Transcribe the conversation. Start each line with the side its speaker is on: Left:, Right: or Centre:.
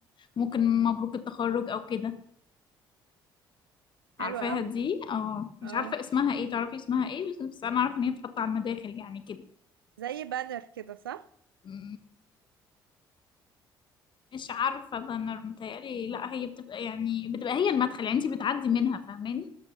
Left: وممكن مبروك التخرج او كده عارفاها
Right: حلو قوي
Left: دي اه مش
Right: اه
Left: عارفة اسمها ايه تعرفي اسمها ايه بس بس انا عارفة ان هي بتتحط على المداخل يعني
Right: زي بانر كده صح
Left: كده مش عارفة بانر متهيألي لا هي بتبقى يعني بتبقى هي المدخل يعني انت بتعدي منها فاهماني